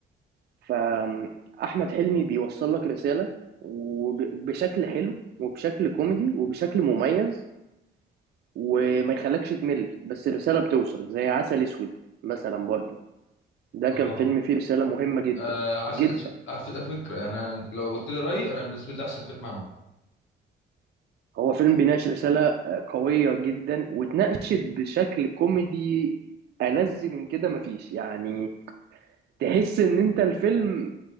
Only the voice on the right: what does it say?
فاحمد حلمي بيوصل لك رساله وبشكل حلو وبشكل كوميدي وبشكل مميز وما يخلكش تمل بس الرساله بتوصل زي عسل اسود مثلا برضو ده
كان فيلم فيه رساله مهمه جدا
جدا
هو فيلم بيناقش رسالة آه، قوية جدا واتناقشت بشكل كوميدي ألذ من كده مفيش يعني تحس إن أنت الفيلم